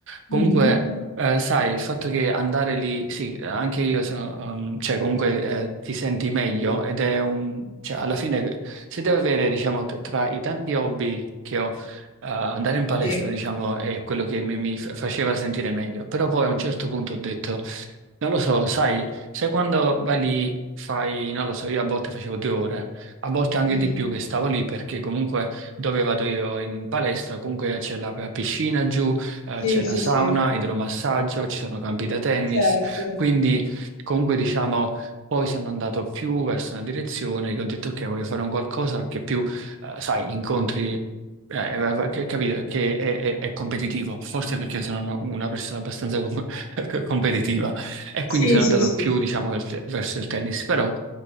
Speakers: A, on the right; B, on the left.
A: Comunque,
B: Mhm,
A: eh, sai, il fatto che andare lì, sì, anche io sono, ehm, cioè comunque eh, ti senti meglio ed è un, cioè alla fine se devo avere, diciamo, t- tra i tanti hobby che ho, eh, andare in palestra,
B: Sì,
A: diciamo, è quello che mi, mi fa- faceva sentire meglio. Però poi a un certo punto ho detto non lo so, sai, sai quando vai lì, fai, non lo so, io a volte facevo due ore, a volte anche
B: mhm,
A: di più che stavo lì perché comunque dove vado io in palestra, comunque c'è la piscina giù, eh,
B: sì,
A: c'è la
B: sì,
A: sauna,
B: sì,
A: idromassaggio, ci sono campi da tennis,
B: certo.
A: quindi comunque diciamo, poi sono andato più verso una direzione che ho detto ok, voglio fare un qualcosa perché più, eh, sai, incontri... eh, eh, che, capito, che è, è- è competitivo, forse perché sono una una persona abbastanza com- <laughs> competitiva. E quindi
B: Sì,
A: sono
B: sì,
A: andato
B: sì,
A: più, diciamo, al te- verso il tennis, però